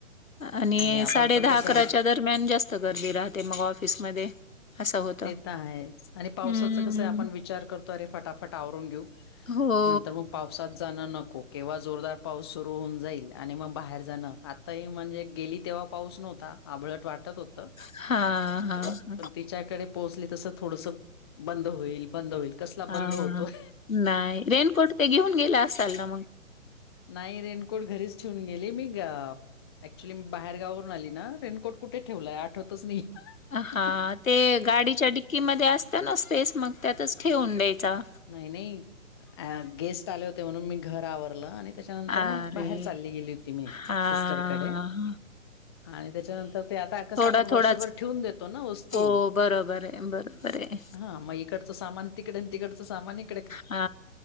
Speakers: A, on the left; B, on the left.
A: आणि
B: आपण
A: साडे
B: पण
A: दहा
B: कसा
A: -अकराच्या
B: विच
A: दरम्यान जास्त गर्दी राहते मग ऑफिसमध्ये. असं होतं.
B: ते तर आहे आणि पावसाचं
A: हम्म
B: कसं आपण विचार करतो अरे फटाफट आवरून घेऊ.
A: हो
B: नंतर मग पावसात जाणं नको, केव्हा जोरदार पाऊस सुरू होऊन जाईल आणि मग बाहेर जाणं आताही म्हणजे गेली तेव्हा पाऊस नव्हता. आभळट वाटत होत,
A: हा हा हा.
B: पण तिच्याकडे पोचले तस थोडस बंद होईल, बंद होईल कसला
A: हा
B: बंद होतोय
A: हा नाही रेनकोट तेन घेऊन गेला असाल ना मग?
B: नाही रेनकोट घरीच ठेवून गेली मी ग ऍक्च्युली मी बाहेर गावावरून आली ना, रेनकोट कुठे ठेवलाय आठवतच नाही.
A: हा
B: मला
A: ते गाडीच्या डिक्कीमध्ये असत ना स्पेस, मग त्यातच ठेवून द्यायचा.
B: नाही नाही गेस्ट आले होते, म्हणून मी घर आवरलं आणि त्याच्यानंतर
A: अरे!
B: मग बाहेर चालली गेली होती मी
A: हां
B: सिस्टरकडे आणि त्याच्यानंतर ते आता कसं
A: थोडा-थोडाच
B: आपण वर्षभर ठेवून देतो ना वस्तू
A: हो, बरोबर आहे, बरोबर आहे.
B: हा मग इकडचं सामान तिकडे न तिकडचं सामान इक
A: हा